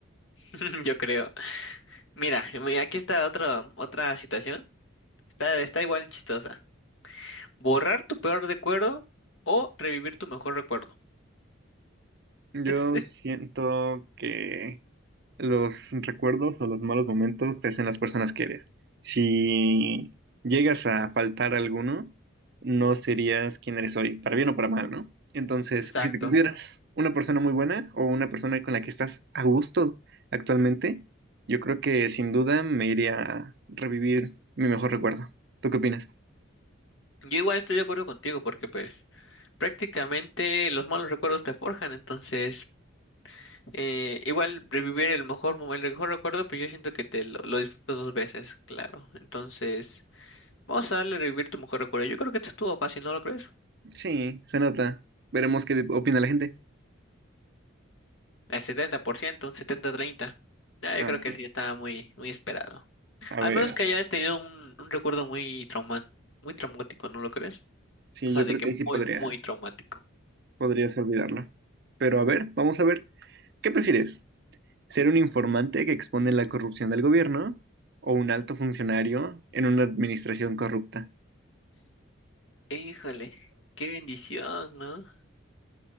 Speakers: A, on the left; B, on the right.
A: <laughs> yo creo. Mira, mira, aquí está otra, otra situación, está, está igual chistosa. Borrar tu peor recuerdo o revivir tu mejor recuerdo.
B: Yo
A: Este- este-
B: siento que los recuerdos o los malos momentos te hacen las personas que eres. Si llegas a faltar alguno, no serías quien eres hoy, para bien o para mal, ¿no? Entonces,
A: Exacto.
B: si te consideras una persona muy buena o una persona con la que estás a gusto actualmente, yo creo que sin duda me iría a revivir mi mejor recuerdo. ¿Tú qué opinas?
A: Yo igual estoy de acuerdo contigo porque pues prácticamente los malos recuerdos te forjan, entonces Eh, igual revivir el mejor, mo- el mejor recuerdo, pues yo siento que te lo, lo disfrutas dos veces, claro. Entonces, vamos a darle revivir tu mejor recuerdo. Yo creo que esto estuvo fácil, ¿no lo crees?
B: Sí, se nota. Veremos qué opina la gente.
A: Al 70% un setenta treinta Ah,
B: Ah,
A: yo creo
B: sí.
A: que sí estaba muy, muy esperado.
B: A
A: Al
B: ver,
A: menos que hayas tenido un, un recuerdo muy trauma, muy traumático, ¿no lo crees?
B: sí,
A: O sea,
B: yo
A: de
B: creo
A: que
B: que ahí sí
A: muy,
B: podría,
A: muy traumático.
B: podrías olvidarla. Pero a ver, vamos a ver, ¿qué prefieres? ¿Ser un informante que expone la corrupción del gobierno o un alto funcionario en una administración corrupta?
A: Híjole, qué bendición, ¿no?